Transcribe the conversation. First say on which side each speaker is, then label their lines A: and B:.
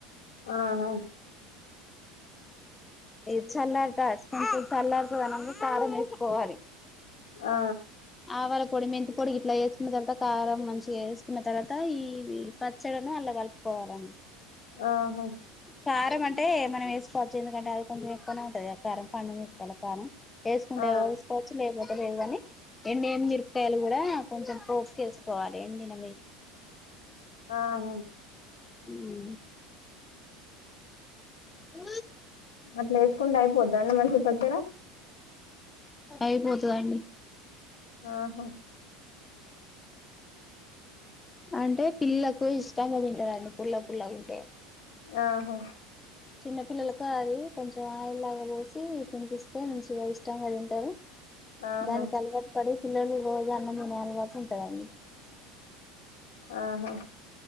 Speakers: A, on the left; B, on the left.
A: ఆహ
B: ఈ చల్లారిత కొంచం చల్లారితదనంగా కారం వేసుకోవాలి
A: ఆ
B: ఆవాల పొడి మెంతి పొడి ఇట్లా వేసుకున్న తర్వాత కారం మంచిగా వేసుకున్న తర్వాత ఈ పచ్చడను అల్లా కలుపుకో కారం
A: ఆహా
B: కారం అంటే మనం వేసుకోవచ్చు ఎందుకంటే అది కొంచెం ఎక్కువనే ఉంటుంది కారం పండు మిరపకాయల కారం వేసుకుంటే
A: ఆ
B: వసుకోచ్చు లేకు లేదు కాని ఎండి ఏమి మిరపకాయలు కూడా కొంచెం పోపుకేసుకోవాలి ఎండిన
A: ఆహ
B: హూ ఉ
A: అట్లా వేసుకుంటే అయిపోద్దా అండి మనకి పచ్చడ
B: అయిపోతదండి
A: ఆహా
B: అంటే పిల్లలకు ఇష్టంగా తింటారండీ పుల్లపుల్లగా ఉంటే
A: ఆహా
B: చిన్న పిల్లలకు అది కొంచెం ఆయిల్ లాగా పోసి తినిపిస్తే మంచిగా ఇష్టంగా తింటారు
A: ఆహా
B: దానికి అలవాటు పడి పిల్లలు రోజు అన్నం తినే అలవాటు ఉంటదండి
A: ఆహా